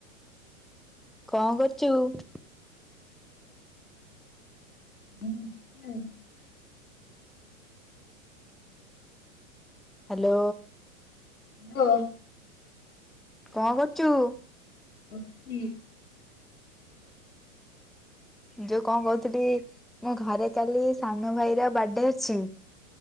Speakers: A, in the centre; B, on the left (about 90°).
A: କଣ କରୁଚୁ?
B: <unintelligible>
A: ହ୍ୟାଲୋ।
B: ହାଲୋ।
A: କଣ କରୁଚୁ?
B: ବସଚି।
A: ଯୋଉ କଣ କହୁଥିଲି ମୁଁ ଘରେ କାଲି ସାନ ଭାଇର ବଡେ ଅଛି।